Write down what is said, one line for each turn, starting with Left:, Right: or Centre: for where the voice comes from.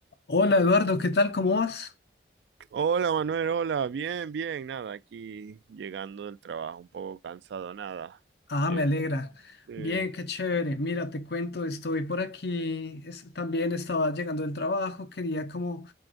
Left: Hola Eduardo, ¿qué tal? ¿Cómo vas?
Right: Hola Manuel, hola, bien, bien, nada, aquí llegando del trabajo, un poco cansado, nada.
Left: Ah,
Right: Eh,
Left: me alegra.
Right: eh,
Left: Bien, qué chévere. Mira, te cuento, estoy por aquí. es- también estaba llegando del trabajo, quería como